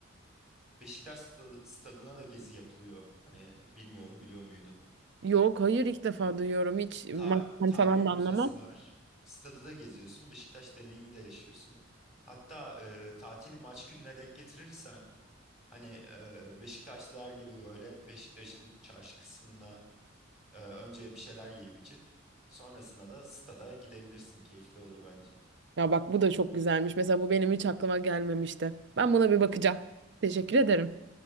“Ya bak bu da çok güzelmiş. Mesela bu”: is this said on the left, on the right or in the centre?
Right